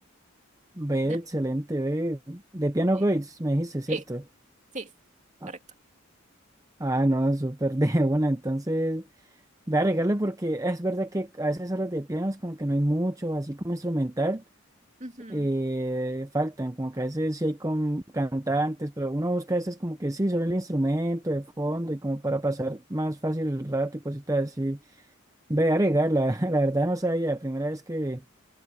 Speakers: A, on the right (about 15°); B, on the right (about 35°).
A: ve,
B: De-
A: excelente, ve. De Piano
B: Sí.
A: Goiz, me dijiste, ¿cierto?
B: Sí. Sí,
A: Ah,
B: correcto.
A: ah, no, súper de <laughs> una, entonces, voy a regarle porque es verdad que a veces horas de piano es como que no hay mucho, así como instrumental.
B: Ujú.
A: eh, faltan, como que a veces sí hay con cantantes, pero uno busca a veces como que sí, solo el instrumento de fondo y como para pasar más fácil el rato y cositas así. Ve a agregar, la, <laughs> la verdad no sabía, la primera vez que,